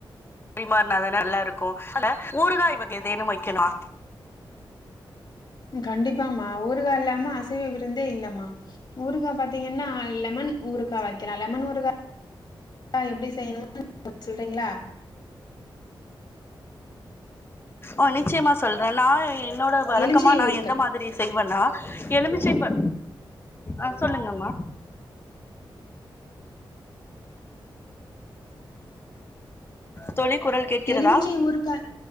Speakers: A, on the left; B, on the left.
A: ரிமாறினாதானே நல்லாருக்கூ அல்ல ஊறுகாய் வகை வேணூ வெக்கனா
B: கண்டிப்பாமா ஊறுகா இல்லாம அசைவ விருந்தே இல்ல மா ஊறுகா பாத்தீங்கன்னா லெமன் ஊறுகா வெக்கலா லெமன் ஊறுகா ஈ எப்டி செய்யணூ <inaudible> சொல்றீங்ளா
A: ஆ நிச்சயமா சொல் நா என்னோட வழக்கமா
B: எலுமிச்சை
A: நா
B: ஊறுகாய்
A: எந்த மாத்ரி செய் வன்னா எலுமிச்சை ப ஆ சொல்லுங்கம்மா தோழி குரல் கேட்கிறதா
B: எலுமிச்சை ஊறுகா